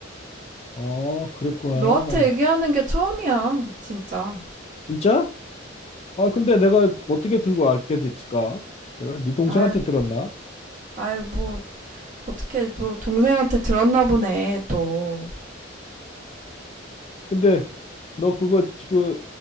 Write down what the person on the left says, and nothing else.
어, 그랬구나.
진짜? 아, 근데 내가 어떻게 들고 알게 됐을까? 내가 네 동생한테
들었나?
근데 너 그거 지금